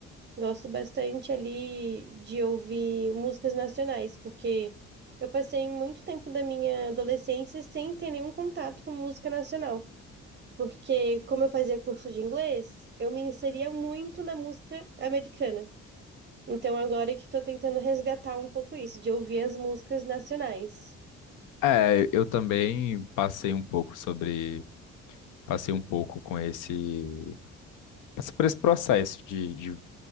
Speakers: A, on the right; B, on the left.
A: Gosto bastante ali de ouvir músicas nacionais, porque eu passei muito tempo da minha adolescência sem ter nenhum contato com música nacional. Porque, como eu fazia curso de inglês, eu me inseria muito na música americana. Então, agora que tô tentando resgatar um pouco isso, de ouvir as músicas nacionais.
B: É, eu também passei um pouco sobre, passei um pouco com esse, esse- por esse processo de, de